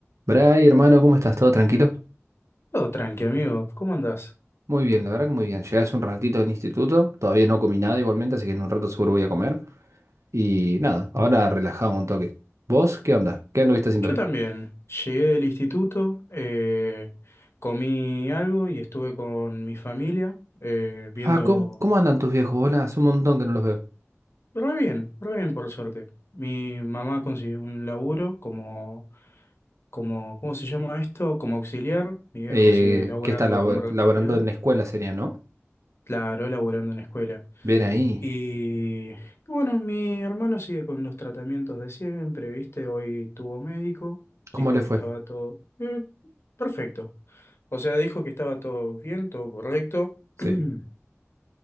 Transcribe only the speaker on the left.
Todo tranqui, amigo. ¿Cómo andás?
Yo
también. Llegué del instituto, eh, comí algo y estuve con mi familia eh, viendo...
Re bien, re bien por suerte. Mi mamá consiguió un laburo como, como, ¿cómo se llama esto? Como auxiliar. Mi viejo
sigue laburando
como repartidor.
Claro, laburando en escuela.
Y bueno, mi hermano sigue con los tratamientos de siempre, ¿viste? Hoy tuvo médico,
dijo
que
estaba todo eh, perfecto. O sea, dijo que estaba todo bien, todo correcto.
<clears throat>